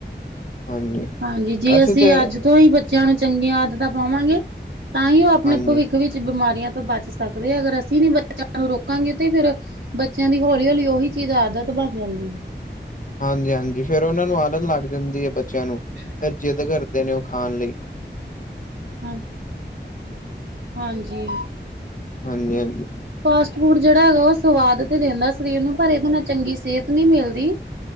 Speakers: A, on the left (about 45°); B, on the right (about 75°).
A: ਹਾਂਜੀ
B: ਹਾਂਜੀ ਜੇ
A: ਅਸੀਂ
B: ਅਸੀ
A: ਤੇ
B: ਅੱਜ ਤੋਂ ਹੀ ਬੱਚਿਆਂ ਨੂੰ ਚੰਗੀਆਂ ਆਦਤਾਂ ਪਾਵਾਂਗੇ ਤਾਂ ਈ ਓ ਆਪਣੇ
A: ਹਾਂਜੀ।
B: ਭਵਿੱਖ ਵਿੱਚ ਬਿਮਾਰੀਆਂ ਤੋਂ ਬਚ ਸਕਦੇ ਅਗਰ ਅਸੀ ਨਈ ਬੱਚਿਆਂ ਨੂੰ ਰੋਕਾਂਗੇ ਤੇ ਫਿਰ ਬੱਚਿਆਂ ਦੀ ਹੌਲੀ- ਹੌਲੀ ਉਹੀ ਚੀਜ਼ ਆਦਤ ਬਣ ਜਾਂਦੀ
A: ਹਾਂਜੀ-ਹਾਂਜੀ ਫੇਰ ਓਨਾਂ ਨੂੰ ਆਦਤ ਲੱਗ ਜਾਂਦੀ ਐ ਬੱਚਿਆਂ ਨੂੰ
B: <inaudible>
A: ਫਿਰ ਜਿੱਦ ਕਰਦੇ ਨੇ ਓ ਖਾਣ ਲਈ
B: ਹਾਂ ਹਾਂਜੀ।
A: ਹਾਂਜੀ- ਹਾਂਜੀ।
B: ਫਾਸਟ ਫੂਡ ਜਿਹੜਾ ਹੈਗਾ ਓ ਸਵਾਦ ਤੇ ਦਿੰਦਾ ਸਰੀਰ ਨੂੰ ਪਰ ਇਹਦੇ ਨਾਲ ਚੰਗੀ ਸਿਹਤ ਨਈ ਮਿਲਦੀ।